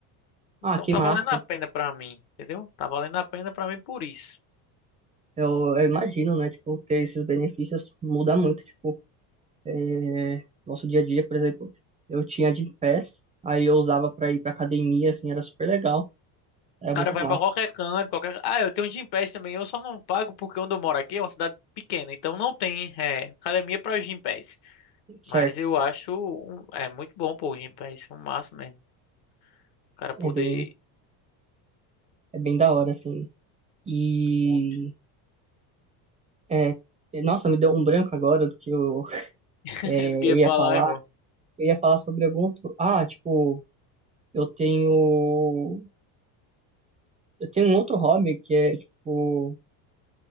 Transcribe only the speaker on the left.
Então
tá
valendo a pena pra mim, entendeu? Tá valendo a pena pra mim por isso.
O
cara vai
pra qualquer canto, qualquer... Ah, eu tenho Gympass também, eu só não pago porque onde eu moro aqui é uma cidade pequena, então não tem é, academia pra Gympass.
Mas eu acho um- é muito bom pô, o Gympass, um máximo mesmo. O cara poder...
Um monte.
<laughs>
Do que ia falar,
irmão?